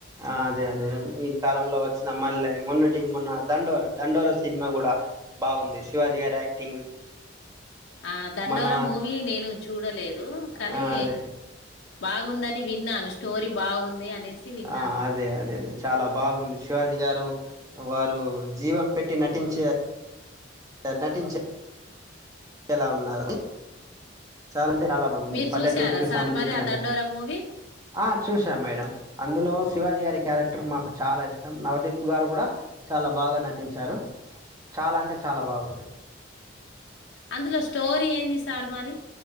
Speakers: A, on the right (about 20°); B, on the left (about 75°).
A: అదే అదే ఈ కాలంలో వచ్చినా మళ్ళీ మో ఇగ మొన్న దండోర దండోర సినిమా కూడా బాగుంది శివాజీ గారి యాక్టింగ్
B: ఆ దండోర
A: మన
B: మూవీ నేను చూడలేదు కానీ
A: ఆ, అదే
B: బాగుందని విన్నాను స్టోరీ బాగుంది అనేసి విన్నాను
A: ఆ అదే అదే లే చాలా బాగుంది శివాజీ గారు వారు జీవం పెట్టి నటించే నటించే ఎలా ఉన్నారు చాలా అంటే చాలా బాగుంది
B: మీరు
A: పల్లెటూరుకి
B: చూసారా సార్
A: సంబంధించిన
B: మరి ఆ దండోరా
A: కదా
B: మూవీ
A: ఆ చూసాం మేడం అందులో శివాజీ గారి క్యారెక్టర్ మాకు చాలా ఇష్టం నవదీప్ గారు కూడా చాలా బాగా బాగా నటించారు చాలా అంటే చాలా బాగుంది
B: అందులో స్టోరీ ఏంది సార్ మరి